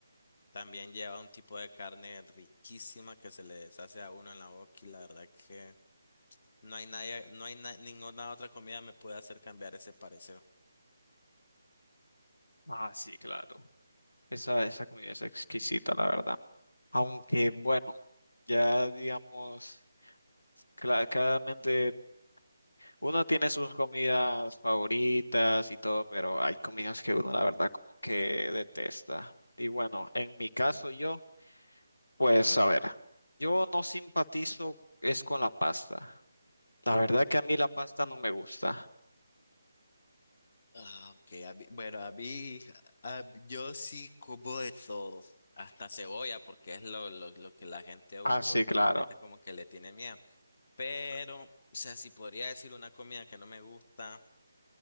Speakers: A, on the left; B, on the left.
A: también lleva un tipo de carne riquísima que se le deshace a uno en la boca y la verdad que... No hay nadie, no hay na- ninguna otra comida me puede hacer cambiar ese parecer.
B: Ah, sí, claro. Esa, esa comida es exquisita, la verdad. Aunque, bueno, ya digamos, cla- claramente Uno tiene sus comidas favoritas y todo, pero hay comidas que uno la verdad como que detesta. Y bueno, en mi caso yo, pues a ver, yo no simpatizo es con la pasta. La verdad que a mí la pasta no me gusta.
A: Ah, ok. a mí- bueno, a mí, a- yo sí como de todo. Hasta cebolla, porque es lo, lo, lo que la gente u-
B: Ah, sí,
A: últimamente
B: claro.
A: como que le tiene miedo. Pero, o sea, si podría decir una comida que no me gusta,